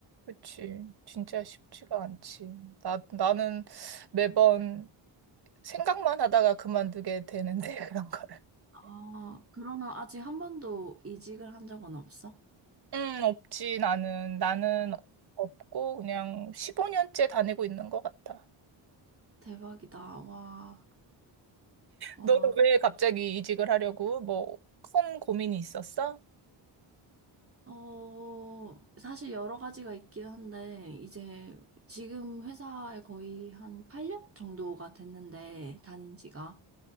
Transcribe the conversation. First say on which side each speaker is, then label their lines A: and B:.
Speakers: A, on the right; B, on the right.
A: 그치. 진짜 쉽지가 않지. 나, 나는 매번 생각만 하다가 그만두게 되는데, <laughs> 그런 거를.
B: 아, 그러면 아직 한 번도 이직을 한 적은 없어?
A: 음, 없지. 나는, 나는 없고, 그냥 15년째 다니고 있는 것 같아.
B: 대박이다. 와, 와.
A: 너는 왜 갑자기 이직을 하려고? 뭐, 큰 고민이 있었어?
B: 어, 사실 여러 가지가 있긴 한데, 이제 지금 회사에 거의 한 8년 정도가 됐는데, 다닌 지가.